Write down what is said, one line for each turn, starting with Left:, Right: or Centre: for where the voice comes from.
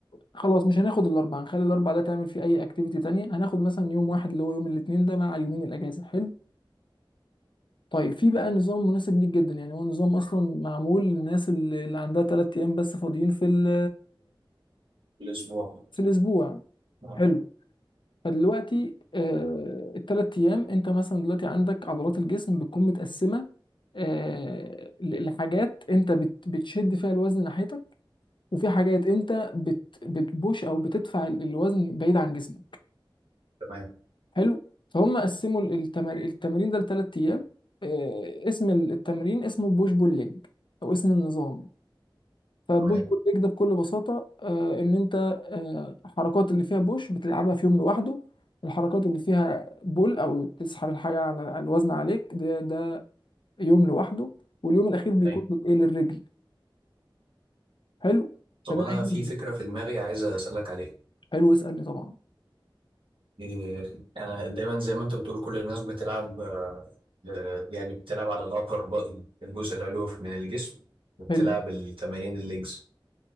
Left: خلاص مش هناخد الاربعه هنخلي الاربعه ده تعمل فيه اي اكتيفيتي تانية هناخد مثلا يوم واحد اللي هو يوم الاثنين ده مع يومين الاجازه حلو طيب في بقى نظام مناسب ليك جدا يعني هو نظام اصلا معمول للناس اللي اللي عندها ثلاث ايام بس فاضيين في ال...
Right: في الأسبوع
Left: في الاسبوع
Right: آه.
Left: حلو فدلوقتي آه، التلات ايام انت مثلا دلوقتي عندك عضلات الجسم بتكون متقسمه آه، ل- لحاجات انت بت- بتشد فيها الوزن ناحيتك وفي حاجات انت بت- بتبوش او بتدفع ال- الوزن بعيد عن جسمك
Right: تمام
Left: حلو فهم قسموا ال- التمار- التمرين ده لتلات ايام آه، اسم ال- التمرين اسمه بوش بول ليج او اسم النظام فبوش
Right: تمام
Left: بول ليج ده بكل بساطة آه، إن أنت آه، الحركات اللي فيها بوش بتلعبها في يوم لوحده الحركات اللي فيها بول أو تسحب الحاجة على الوزن عليك ده ده يوم لوحده واليوم الأخير بيكون
Right: طيب
Left: إيه للرجل حلو
Right: طب
Left: فده
Right: أنا
Left: أي نسبة
Right: في فكرة في دماغي عايز أسألك عليها
Left: حلو اسألني طبعا
Right: إيه، أنا دايما زي ما أنت بتقول كل الناس بتلعب آه، آه، يعني بتلعب على الأبر بطن الجزء العلوي من الجسم وبتلعب
Left: حلو
Right: التمارين الليجز